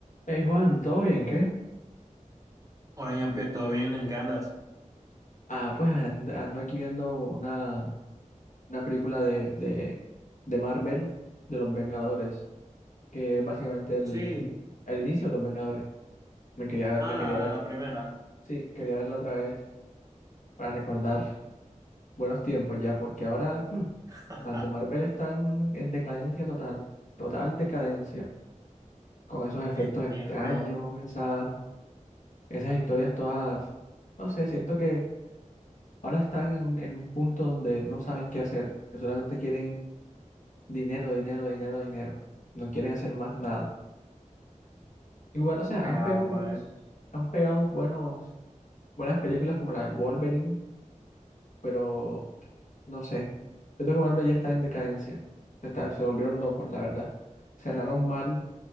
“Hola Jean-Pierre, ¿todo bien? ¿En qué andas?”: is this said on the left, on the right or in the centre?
Right